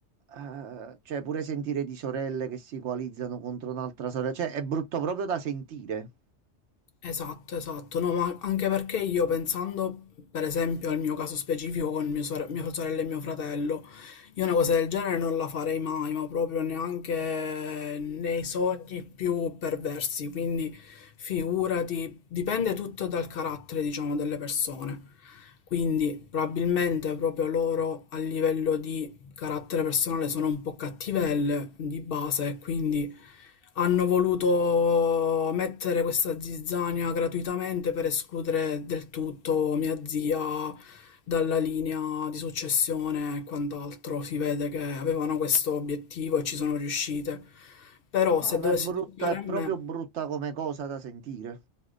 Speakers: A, on the right (about 70°); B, on the left (about 60°).
A: eh, cioè, pure sentire di sorelle che si coalizzano contro un'altra sorella, cioè, è brutto proprio da sentire.
B: Esatto, esatto, no, ma anche perché io pensando per esempio al mio caso specifico con mio sore- mia sorella e mio fratello, io una cosa del genere non la farei mai, ma proprio neanche nei sogni più perversi, quindi figurati, dipende tutto dal carattere, diciamo, delle persone. Quindi probabilmente proprio loro a livello di carattere personale sono un po' cattivelle di base e quindi hanno voluto mettere questa zizzania gratuitamente per escludere del tutto mia zia dalla linea di successione e quant'altro. Si vede che avevano questo obiettivo e ci sono riuscite. Però
A: No,
B: se
A: ma
B: dovesse
A: è brutta,
B: toccare
A: è
B: a
A: proprio
B: me,
A: brutta come cosa da sentire.